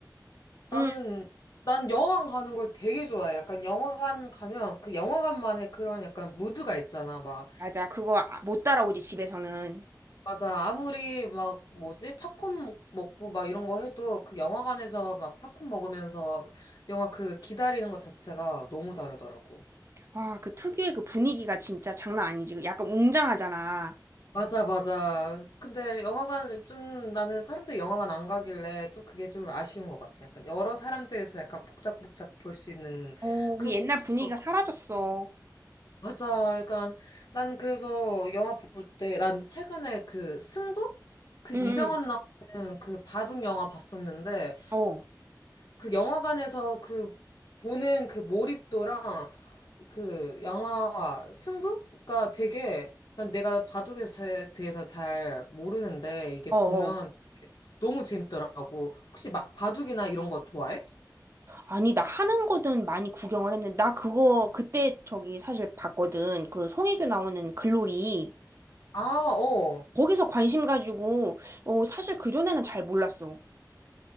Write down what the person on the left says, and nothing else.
나는
난 영화관 가는 걸 되게 좋아해. 약간 영화관 가면 그 영화관만의 그런 약간 무드가 있잖아. 막
맞아. 아무리 막 뭐지 팝콘 먹고 막 이런 거 해도 그 영화관에서 막 팝콘 먹으면서 영화 그 기다리는 것 자체가 너무 다르더라고.
맞아, 맞아. 근데 영화관은 좀 나는 사람들이 영화관 안 가길래 좀 그게 좀 아쉬운 것 같아. 약간 여러 사람들에서 약간 복작복작 볼 수 있는
그런
게 없어서.
맞아. 약간 난 그래서 영화 볼 때 난 최근에 그 승부? 그
이병헌 나오는 그 바둑 영화 봤었는데
그 영화관에서 그 보는 그 몰입도랑 그 영화 승부가 되게 난 내가 바둑에서 잘, 대해서 잘 모르는데 이게
보면 너무 재밌더라고. 혹시 막 바둑이나 이런 거 좋아해?
아, 어.